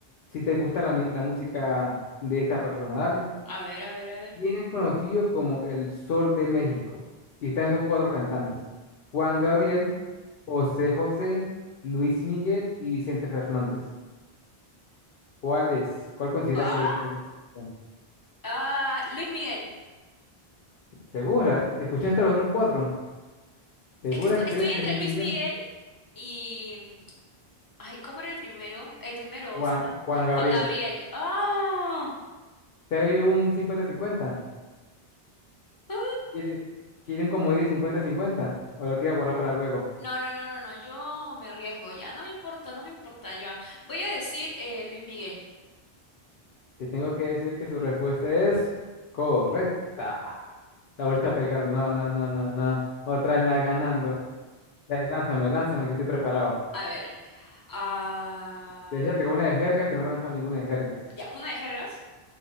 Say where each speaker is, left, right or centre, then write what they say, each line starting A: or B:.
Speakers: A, on the left (about 65°); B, on the left (about 25°).
A: si te gusta la, mi- la música de esta persona. Dale,
B: A ver, a ver, a ver.
A: Bien es conocido como el Sol de México. Y están esos cuatro cantantes. Juan Gabriel, José José, Luis Miguel y Vicente Fernández. ¿Cuál es? ¿Cuál consideras
B: Ah,
A: que es el Sol de México?
B: ah, Luis Miguel.
A: ¿Segura? ¿Escuchaste a los otros cuatro? ¿Segura
B: Es que esto-
A: que
B: estoy,
A: crees
B: entre
A: que es Luis
B: Luis
A: Miguel?
B: Miguel y... mm, Ay, ¿cómo era el primero? El primero,
A: Juan,
B: sí me acu-
A: Juan Gabriel.
B: Juan Gabriel. ¡Ah!
A: ¿Te doy un cincuenta-cincuenta.
B: No,
A: ¿Quiere- ¿Quieren como 10 cincuenta-cincuenta? ¿O lo quiere guardar para luego?
B: no, no, no, no, no, yo me arriesgo ya, no me importa, no me importa, Yo Voy a decir eh, Luis Miguel.
A: Te tengo que decir que su respuesta es correcta. La volviste a pegar. No, no, no, no, no. Otra vez me va ganando. Dale, lánzame, lánzame, que estoy preparado.
B: A ver, ah,
A: De jerga, una de jerga, que no me ha lanzado ninguna de jergas.
B: ya, una de jergas.